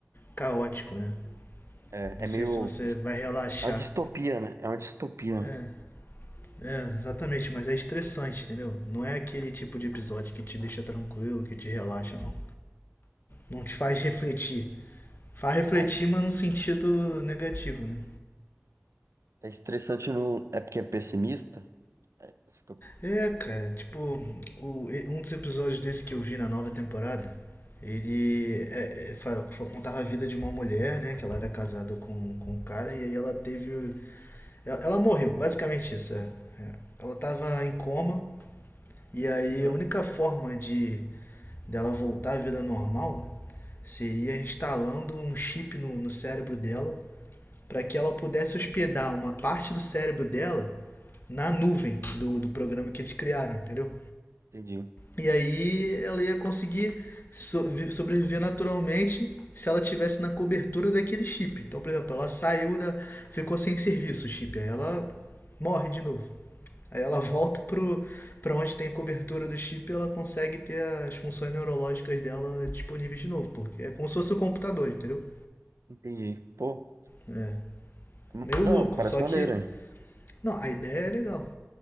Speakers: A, on the left (about 45°); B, on the right (about 75°).
A: caótico, né?
B: É,
A: Não
B: é
A: sei
B: meio.
A: se você vai relaxar.
B: É uma distopia, né? É uma distopia,
A: É,
B: né?
A: é, exatamente, mas é estressante, entendeu? Não é aquele tipo de episódio que te deixa tranquilo, que te relaxa, não. Não te faz refletir. Faz refletir,
B: Ah, sim.
A: mas no sentido negativo, né?
B: É estressante no... É porque é pessimista? É, você fica-
A: É, cara, tipo, o- um dos episódios desse que eu vi na nova temporada, ele é, é, fa- fa- contava a vida de uma mulher, né? Que ela era casada com, com um cara e aí ela teve. Ela, ela morreu, basicamente isso. É. É. Ela tava em coma e aí
B: Uhum.
A: a única forma de dela voltar à vida normal seria instalando um chip no, no cérebro dela para que ela pudesse hospedar uma parte do cérebro dela na nuvem do, do programa que eles criaram, entendeu?
B: Entendi.
A: E aí ela ia conseguir so- sobreviver naturalmente se ela tivesse na cobertura daquele chip. Então, por exemplo, ela saiu da. ficou sem serviço o chip, aí ela morre de novo. Aí ela volta pro, para onde tem a cobertura do chip ela consegue ter as funções neurológicas dela disponíveis de novo, porque é como se fosse um computador, entendeu?
B: Entendi. Pô,
A: É.
B: m-
A: Meio
B: não,
A: louco,
B: parece
A: só
B: maneiro.
A: que.
B: hein?
A: Não, a ideia é legal.